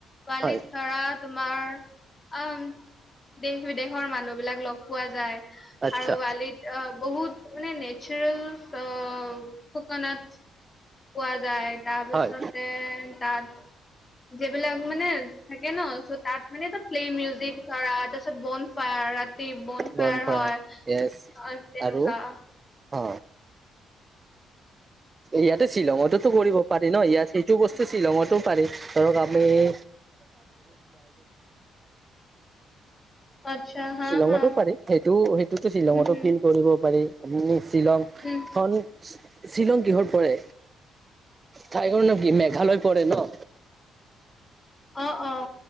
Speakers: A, on the left (about 25°); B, on the right (about 30°).
A: বালিত
B: হয়
A: ধৰা তোমাৰ অঁ দেশ-বিদেশৰ মানুহবিলাক লগ পোৱা যায়।
B: আচ্ছা
A: আৰু বালিত অ বহুত মানে নেচাৰেল অঁ ক'ক'নাট পোৱা যায়। তাৰ পিছতে
B: হয়
A: তাত যিবিলাক মানে থাকে ন য'ত তাত মানে এটা প্লে' মিউজিক ধৰা, তাৰ পিছত বন ফায়াৰ বন ফেয়াৰ
B: বনফায়াৰ
A: হয়
B: য়েছ
A: অ তেনেকুৱা।
B: আৰু অ। ইয়াতে শ্বিলঙটো কৰিব পাৰি নহ ইয়াত। এইটো বস্তু শ্বিলঙটো পাৰি ধৰক আমি। <unintelligible>
A: আচ্ছা হা
B: শ্বিলঙটো
A: হা
B: পাৰি সেইটো সেইটোতো শ্বিলঙটো
A: উম, হম,
B: ফিল কৰিব পাৰি। উম শ্বিলংখন
A: উম,
B: শ্বিলং। কিহত পৰে? ঠাই খনৰ নাম কি? মেঘালয় পৰে ন?
A: অ' অ'